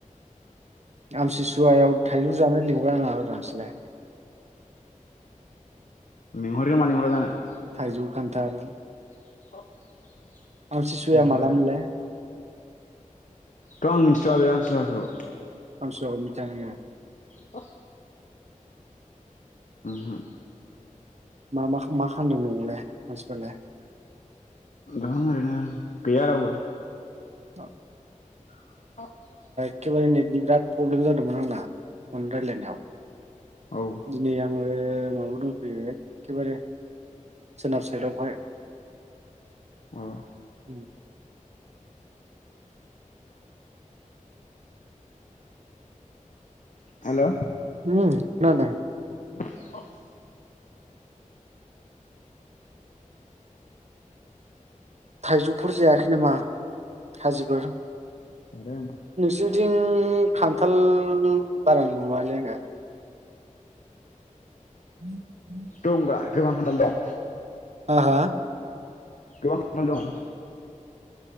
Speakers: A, on the right; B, on the left.
A: आमसिसुवायाव थाइजौ जानो लिंहरला नामाब्रा नोंसोरलाय
B: लिंहरो मानो लिंहरा जानो
A: थाइजौ खान्थाल
B: <inaudible>
A: आमसिसुवाया
B: लिंहरगोन
A: मालामोनलाय
B: थ' आं मिन्थिथ‌आ बे आमसिसुवाखौ
A: आमसिसुवाखौ मिथिया नोङो
B: उम हो
A: मा मा मा खालामदों नंआवलाय मानसिफोरालाय
B: दं ओरैनो गैया रावबो
A: औ
B: <inaudible>
A: एकेबार नेटनि बिराद प्रब्लेम जादोंमोन आंना फन रायलायनायाव
B: औ
A: दनै आङो <unintelligible> दंफैयो एखेबारे सोनाब साइदआवहाय
B: अ
A: उम
B: हेल'
A: ओम खोनादों
B: <inaudible>
A: थाइजौफोर जायाखै नामा? खाजिफोर
B: जादों
A: <unintelligible> खान्थाल बारा नुआलै आङो <inaudible>
B: दंब्रा गोबां खान्थाल दं
A: हा‌ हा
B: गोबां <unintelligible> दं